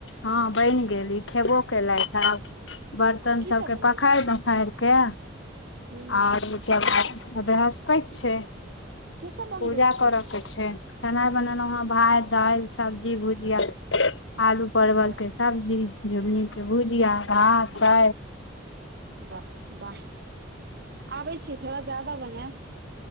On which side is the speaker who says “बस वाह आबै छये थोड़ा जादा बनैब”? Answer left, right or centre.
Right